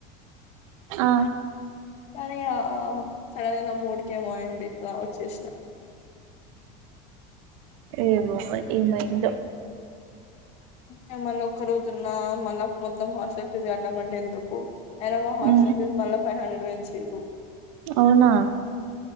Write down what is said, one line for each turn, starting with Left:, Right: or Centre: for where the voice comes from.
Right: ఆ
Left: కానీ ఆ సడన్ గా నా మూడిక ఏమోయి ది వచ్చేసినా
Right: ఏవో ఏమైందో
Left: హేమలఒక్క రోజు ఉన్న మళ్ళా మొత్తం హాస్టల్ ఫీజ కట్టమంటే ఎందుకు అయినా మా హాస్టల్
Right: ఉమ్
Left: ఫీజ్ మళ్ళీ ఫైవ్ హండ్రెడ్ పెంచిరు
Right: అవునా